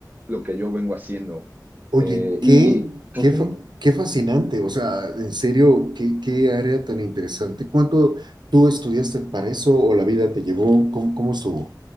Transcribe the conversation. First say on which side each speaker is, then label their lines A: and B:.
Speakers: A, on the right; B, on the right.
A: lo que yo vengo haciendo.
B: Oye,
A: Eh,
B: qué,
A: y
B: qué,
A: ujú,
B: fa- qué fascinante. O sea, en serio, qué, qué área tan interesante. ¿Cuánto tú estudiaste para eso o la vida te llevó? ¿Cómo, cómo estuvo?